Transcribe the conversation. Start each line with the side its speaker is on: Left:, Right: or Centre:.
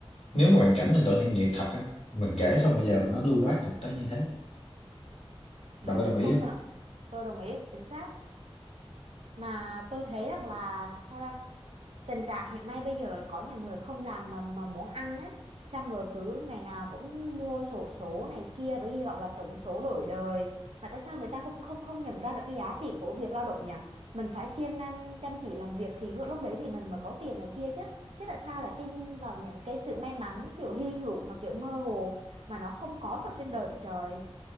Left: nếu mà hoàn cảnh mình tội thiện nghiệp thật á mình kể không bao giờ mà nó lưu loát được tới như thế
Right: đúng
Left: bà có đồng ý
Right: công
Left: không
Right: nhận tôi đồng ý chính xác mà tôi thấy rằng là sao ta tình trạng hiện nay bây giờ là có nhiều người không làm mà mà muốn ăn á xong rồi cứ ngày nào cũng mua xổ số này kia với hy vọng là trúng số đổi đời mà tại sao người ta không không không nhận ra được cái giá trị của việc lao động nhỉ mình phải siêng năng chăm chỉ làm việc thì lúc đấy thì mình mới có tiền này kia chứ chứ tại sao lại tin vào những cái sự may mắn kiểu hy hữu mà kiểu mơ hồ mà nó không có thật trên đời vậy trời